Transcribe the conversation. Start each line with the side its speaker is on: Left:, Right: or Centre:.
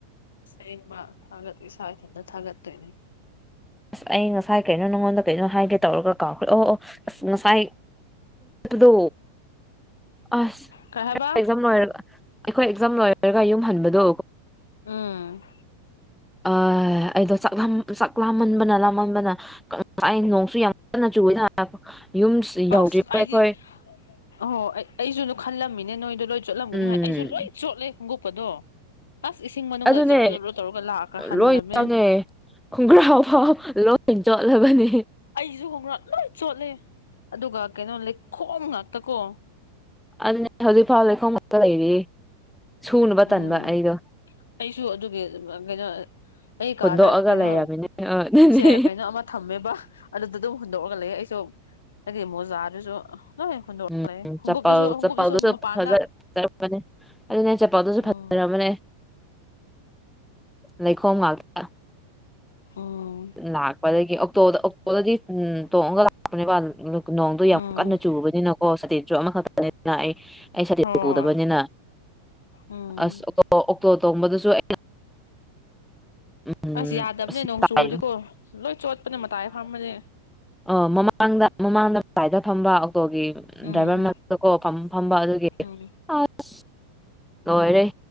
Left: ꯁꯦꯡꯃ ꯊꯥꯒꯠ ꯏꯁꯥ ꯏꯊꯟꯇ ꯊꯥꯒꯠꯇꯣꯏꯅꯦ
Centre: ꯑꯁ ꯑꯩ ꯉꯁꯥꯏ ꯀꯩꯅꯣ ꯅꯪꯉꯣꯟꯗ ꯀꯩꯅꯣ ꯍꯥꯏꯒꯦ ꯇꯧꯔꯒ ꯀꯥꯎꯈ꯭ꯔꯦ ꯑꯣ ꯑꯣ ꯑꯁ ꯉꯁꯥꯏ ꯗꯨꯗꯣ ꯑꯁ
Left: ꯀꯩ ꯍꯥꯏꯕ
Centre: ꯑꯦꯛꯖꯥꯝ ꯂꯣꯏꯔꯒ ꯑꯩꯈꯣꯏ ꯑꯦꯛꯖꯥꯝ ꯂꯣꯏꯔꯒ ꯌꯨꯝ ꯍꯟꯕꯗꯣ
Left: ꯎꯝ
Centre: ꯑ ꯑꯩꯗꯣ ꯆꯥꯛ ꯂꯥꯝ ꯆꯥꯛ ꯂꯥꯝ <unintelligible>
Left: ꯑꯁ
Centre: ꯌꯥꯎꯗ꯭ꯔꯤꯕ
Left: ꯑꯩꯗꯤ
Centre: ꯑꯩꯈꯣꯏ
Left: ꯑꯍꯣ ꯑꯩꯁꯨ ꯑꯗꯨ ꯈꯜꯂꯝꯃꯤꯅꯦ ꯅꯣꯏꯗꯣ ꯂꯣꯏ ꯆꯣꯠꯂꯝꯒꯅꯤ
Centre: ꯎꯝ
Left: ꯍꯥꯏ ꯑꯩꯁꯨ ꯂꯣꯏ ꯆꯣꯠꯂꯦ ꯈꯣꯡꯎꯨꯞꯀ ꯗꯣ ꯑꯁ ꯏꯁꯤꯡ ꯃꯅꯨꯡꯗ
Centre: ꯑꯗꯨꯅꯦ
Left: ꯖꯔꯣ ꯖꯔꯣ ꯇꯧꯔꯒ ꯂꯥꯛꯈ ꯍꯜꯂꯃꯦ
Centre: ꯂꯣꯏ ꯆꯪꯉꯦ ꯈꯣꯡꯒ꯭ꯔꯥꯎ ꯐꯥꯎ ꯂꯣꯏ ꯆꯣꯠꯂꯕꯅꯤ
Left: ꯑꯩꯁꯨ ꯈꯣꯡꯒ꯭ꯔꯥꯎ ꯂꯣꯏ ꯆꯣꯠꯂꯦ ꯑꯗꯨꯒ ꯀꯩꯅꯣ ꯂꯩꯈꯣꯝ ꯉꯥꯛꯇ ꯀꯣ
Centre: ꯑꯗꯨꯅꯦ ꯍꯧꯖꯤꯛꯐꯥꯎ ꯂꯩꯈꯣꯝꯃꯛꯇ ꯂꯩꯔꯤꯌꯦ ꯁꯨꯅꯕ
Left: ꯎꯝ
Centre: ꯇꯟꯕ ꯑꯩꯗꯣ
Left: ꯑꯩꯁꯨ ꯑꯗꯨꯒꯤ ꯀꯩꯅꯣ ꯑꯩ
Centre: ꯍꯨꯟꯗꯣꯛꯑꯒ
Left: ꯀꯥꯗ ꯀꯩꯅꯣ
Centre: ꯂꯩꯔꯝꯃꯤꯅꯦ ꯑ ꯑꯗꯨꯅꯦ
Left: ꯆꯦꯔ ꯀꯩꯅꯣ ꯑꯃ ꯊꯝꯃꯦꯕ ꯑꯗꯨꯗ ꯑꯗꯨꯝ ꯍꯨꯟꯗꯣꯛꯑꯒ ꯂꯩ ꯑꯩ ꯁꯨ ꯑꯩꯒꯤ ꯃꯣꯖꯥꯗꯨꯁꯨ ꯂꯣꯏ ꯍꯨꯟꯗꯣꯛ
Centre: ꯎꯝ
Left: ꯂꯩ ꯈꯨꯉꯨꯞꯇꯨꯁꯨ
Centre: ꯆꯄꯜ
Left: ꯈꯨꯉꯨꯞꯇꯨꯁꯨ
Centre: ꯆꯄꯜꯗꯨꯁꯨ
Left: ꯃꯄꯥꯟꯗ
Centre: ꯐꯖꯔꯕꯅꯦ ꯑꯗꯨꯅꯦ ꯑꯩ ꯆꯄꯜꯗꯨꯁꯨ
Left: ꯎꯝ
Centre: ꯐꯖꯔꯕꯅꯦ ꯂꯩꯈꯣꯝ ꯉꯥꯛꯇ
Left: ꯎꯝ
Centre: ꯂꯥꯛꯄꯗꯒꯤ ꯑꯣꯛꯇꯣꯗ ꯑꯣꯛꯇꯣꯗꯗꯤ ꯇꯣꯡꯉꯒ ꯂꯥꯛꯄꯅꯦꯕ ꯗꯨ ꯅꯣꯡꯗꯣ ꯌꯥꯝ
Left: ꯎꯝ
Centre: ꯀꯟꯅ ꯆꯨꯕꯅꯤꯅꯀꯣ ꯁꯥꯇꯤꯟꯁꯨ ꯑꯃꯈꯛꯇꯅꯤꯅ ꯑꯩ ꯑꯩ ꯁꯇꯤꯟ
Left: ꯍꯣꯏ
Centre: ꯄꯨꯗꯕꯅꯤꯅ
Left: ꯎꯝ
Centre: ꯑꯁ ꯑꯣꯛꯇꯣ ꯑꯣꯛꯇꯣ ꯇꯣꯡꯕꯗꯨꯁꯨ ꯑꯩꯅ ꯎꯝ
Left: ꯑꯁ ꯌꯥꯗꯕꯅꯦ ꯅꯣꯡ
Centre: ꯃꯇꯥꯏ
Left: ꯆꯨꯔꯗꯤꯀꯣ ꯂꯣꯏ ꯆꯣꯠꯄꯅꯦ ꯃꯇꯥꯏ ꯐꯝꯕꯗꯤ
Centre: ꯑꯣ ꯃꯃꯥꯡꯗ ꯃꯃꯥꯡꯗ ꯃꯇꯥꯏꯗ ꯐꯝꯕ ꯑꯣꯇꯣꯒꯤ
Left: ꯎꯝ
Centre: ꯗ꯭ꯔꯥꯏꯚꯔ ꯃꯔꯛꯇ ꯀꯣ ꯐꯝꯕ ꯐꯝꯕ ꯑꯗꯨꯒꯤ
Left: ꯎꯝ
Centre: ꯑꯁ ꯂꯣꯏꯔꯦ